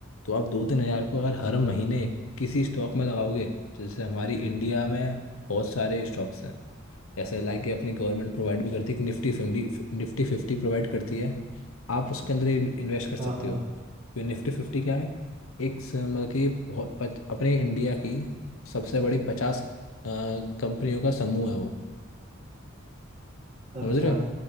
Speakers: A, on the left (about 85°); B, on the right (about 35°).
A: तो आप दो तीन हज़ार को अगर हर
B: हाँ
A: महीने किसी स्टॉक में लगाओगे जैसे हमारी इंडिया में बहुत सारे स्टॉक्स हैं जैसे लाइक कि अपनी गवर्नमेंट प्रोवाइड भी करती है कि निफ्टी फिफ्टी निफ्टी फिफ्टी प्रोवाइड करती है आप उसके अंदर इन्वेस्ट कर सकते
B: हाँ हाँ
A: हो क्योंकि निफ्टी फिफ्टी क्या है एक स- मतलब कि बहुत पच- अपने इंडिया की सबसे बड़ी पचास कंपनियों का समूह है वो
B: अच्छा
A: समझ रहे हो